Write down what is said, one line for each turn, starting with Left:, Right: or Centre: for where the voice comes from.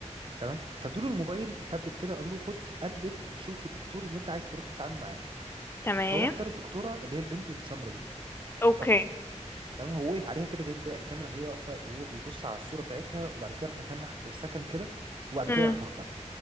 Right: تمام فادوله الموبايل تابلت كده قال له خد قلب شوف الدكتور اللي انت عايز تروح تتعامل معاه
Left: تمام
Right: هو اختار الدكتوره اللي هي البنت السمراء دي
Left: اوكي
Right: اختارها تمام هو وقف عليها كده جايب له بقى الكاميرا وهي واقفه وهو بيبص على الصوره بتاعتها وبعد كده راح متنح فور سكند كده وبعد
Left: مم.
Right: كده راح مختار